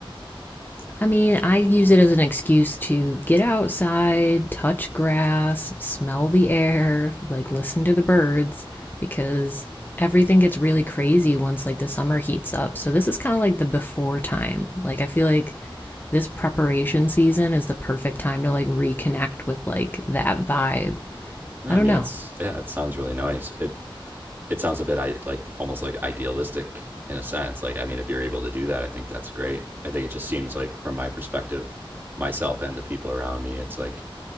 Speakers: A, on the left (about 20°); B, on the right (about 20°).
A: I mean, I use it as an excuse to get outside, touch grass, smell the air, like listen to the birds because everything gets really crazy once like the summer heats up. So this is kind of like the before time. Like I feel like this preparation season is the perfect time to like reconnect with like that vibe.
B: no,
A: I
B: I
A: don't
B: mean
A: know.
B: it's yeah, it sounds really nice. It it sounds a bit I like almost like idealistic in a sense. Like I mean if you're able to do that, I think that's great. I think it just seems like from my perspective, myself and the people around me, it's like